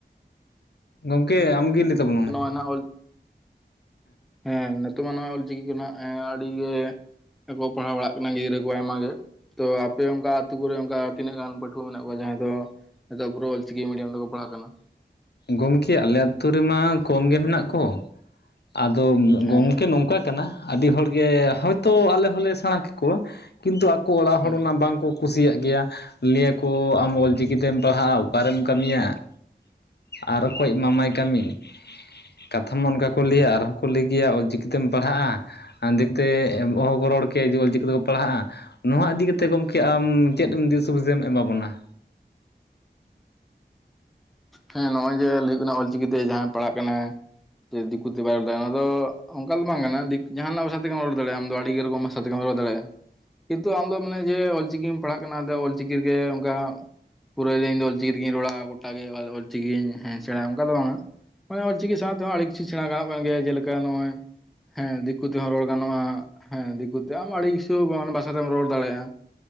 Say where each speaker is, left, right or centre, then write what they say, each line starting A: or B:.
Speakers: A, on the left; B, in the centre.
A: ᱜᱚᱝᱠᱮ ᱟᱢᱜᱮ ᱞᱟᱹᱭ ᱛᱟᱵᱚᱱᱢᱮ ᱾
B: ᱚᱱᱟ ᱚᱞ ᱦᱮᱸ ᱱᱤᱛᱚᱜ ᱢᱟ ᱱᱚᱜ-ᱚᱭ ᱚᱞᱪᱤᱠᱤ ᱠᱨᱮᱱᱟᱜ ᱟᱹᱰᱤ ᱜᱮ ᱠᱚ ᱯᱟᱲᱦᱟᱣ ᱵᱟᱲᱟᱜ ᱠᱟᱱᱟ ᱜᱤᱫᱽᱨᱟᱹ ᱠᱚ ᱟᱭᱢᱟ ᱜᱮ ᱾ ᱛᱚ ᱟᱯᱮ ᱚᱱᱠᱟ ᱟᱹᱛᱩ ᱠᱚᱨᱮ ᱚᱱᱠᱟ ᱛᱤᱱᱟᱹᱜ ᱜᱟᱱ ᱯᱟᱹᱴᱷᱩᱣᱟᱹ ᱢᱮᱱᱟᱜ ᱠᱚᱣᱟ ᱡᱟᱦᱟᱸᱭ ᱫᱚ ᱱᱮᱛᱟᱨ ᱯᱩᱨᱟᱹ ᱚᱞᱪᱤᱠᱤ ᱢᱤᱭᱤᱟᱢ ᱛᱮᱠᱚ ᱯᱟᱲᱦᱟᱜ ᱠᱟᱱᱟ?
A: ᱜᱚᱢᱠᱮ ᱟᱞᱮ ᱟᱹᱛᱩ ᱨᱮᱢᱟ ᱠᱚᱢ ᱜᱮ ᱦᱮᱱᱟᱜ ᱠᱚ ᱾ ᱟᱫᱚ
B: ᱦᱮᱸ
A: ᱜᱚᱢᱠᱮ ᱱᱚᱝᱠᱟ ᱠᱟᱱᱟ ᱟᱹᱰᱤ ᱦᱚᱲᱜᱮ ᱦᱳᱭᱛᱳ ᱟᱞᱮ ᱦᱚᱸᱞᱮ ᱥᱮᱬᱟ ᱠᱮᱠᱚᱣᱟ ᱠᱤᱱᱛᱩ ᱟᱠᱚ ᱚᱲᱟᱜ ᱦᱚᱲ
B: ᱦᱮᱸ
A: ᱚᱱᱟ ᱵᱟᱝ ᱠᱚ ᱠᱩᱥᱤᱭᱟᱜ ᱜᱮᱭᱟ ᱾ ᱞᱟᱹᱭ ᱟᱠᱚ ᱟᱢ ᱚᱞᱪᱤᱠᱤ ᱛᱮᱢ ᱯᱟᱲᱦᱟᱜᱼᱟ ᱚᱠᱟᱨᱮᱢ ᱠᱟᱹᱢᱤᱭᱟ? ᱟᱨ ᱚᱠᱚᱭ ᱮᱢᱟᱢᱟᱭ ᱠᱟᱹᱢᱤ? ᱠᱟᱛᱷᱟ ᱢᱟ ᱚᱱᱠᱟ ᱠᱚ ᱞᱟᱹᱭᱟ ᱟᱨᱦᱚᱸ ᱠᱚ ᱞᱟᱹᱭ ᱜᱮᱭᱟ ᱚᱞᱪᱤᱠᱤ ᱛᱮᱢ ᱯᱟᱲᱦᱟᱜᱼᱟ ᱟᱨ ᱫᱤᱠᱩᱛᱮ ᱚᱦᱚ ᱠᱚ ᱨᱚᱲ ᱠᱮᱭᱟ ᱡᱩᱫᱤ ᱚᱞ ᱪᱤᱠᱤ ᱛᱮᱠᱚ ᱯᱟᱲᱦᱟᱜᱼᱟ ᱾ ᱱᱚᱣᱟ ᱤᱫᱤ ᱠᱟᱛᱮ ᱜᱚᱢᱠᱮ ᱟᱢ ᱪᱮᱫ ᱮᱢ ᱫᱤᱥ ᱥᱩᱫᱤᱥᱮᱢ ᱮᱢᱟ ᱵᱚᱱᱟ ᱾
B: ᱦᱮᱸ ᱱᱚᱜᱼᱚᱭ ᱡᱮ ᱞᱟᱹᱭ ᱦᱩᱭᱩᱜ ᱠᱟᱱᱟ ᱚᱞᱪᱤᱠᱤ ᱛᱮ ᱡᱟᱦᱟᱸᱭ ᱯᱟᱲᱦᱟᱜ ᱠᱟᱱᱟᱭ ᱡᱮ ᱫᱤᱠᱩ ᱛᱮ ᱵᱟᱭ ᱨᱚᱲ ᱫᱟᱲᱭᱟᱜᱼᱟ ᱟᱫᱚ ᱫᱤᱠᱩᱛᱮ ᱵᱟᱭ <inaudible> ᱚᱱᱠᱟ ᱫᱚ ᱵᱟᱝ ᱠᱟᱱᱟ ᱡᱟᱦᱟᱱᱟᱜ ᱵᱷᱟᱥᱟ ᱛᱮᱜᱮᱢ ᱨᱚᱲ ᱫᱟᱲᱮᱜᱼᱟ ᱟᱢ ᱫᱚ ᱟᱹᱰᱤ ᱜᱮ ᱨᱚᱠᱚᱢ ᱵᱷᱟᱥᱟ ᱛᱮᱜᱮᱢ ᱨᱚᱲ ᱫᱟᱲᱮᱜᱼᱟ ᱾ ᱠᱤᱱᱛᱩ ᱟᱢ ᱫᱚ ᱢᱟᱱᱮ ᱡᱮ ᱚᱞᱪᱤᱠᱤᱢ ᱯᱟᱲᱦᱟᱜ ᱠᱟᱱᱟ ᱟᱫᱚ ᱚᱞᱪᱤᱠᱤ ᱨᱮᱜᱮ ᱚᱱᱠᱟ- ᱯᱩᱨᱟᱹ ᱜᱮ ᱤᱧ ᱫᱚ ᱚᱞᱪᱤᱠᱤ ᱛᱮᱜᱤᱧ ᱨᱚᱲᱟ ᱜᱚᱴᱟ ᱜᱮ ᱚᱞᱪᱤᱠᱤ ᱦᱮᱸ ᱥᱮᱬᱟᱭᱟ ᱚᱱᱠᱟ ᱫᱚ ᱵᱟᱝᱟ ᱢᱟᱱᱮ ᱚᱞᱪᱤᱠᱤ ᱥᱟᱶᱛᱮᱦᱚᱸ ᱟᱹᱰᱤ ᱠᱤᱪᱷᱩ ᱥᱮᱬᱟ ᱜᱟᱱᱚᱜ ᱠᱟᱱ ᱜᱮᱭᱟ ᱡᱮᱞᱮᱠᱟ ᱱᱚᱜᱼᱚᱭ ᱦᱮᱸ ᱫᱤᱠᱩ ᱛᱮᱦᱚᱸ ᱨᱚᱲ ᱜᱟᱱᱚᱜᱼᱟ ᱾ ᱦᱮᱸ ᱫᱤᱠᱩ ᱛᱮ ᱟᱢ ᱟᱹᱰᱤ ᱠᱤᱪᱷᱩ ᱵᱷᱟᱥᱟ ᱛᱮᱢ ᱨᱚᱲ ᱫᱟᱲᱮᱜᱼᱟ ᱾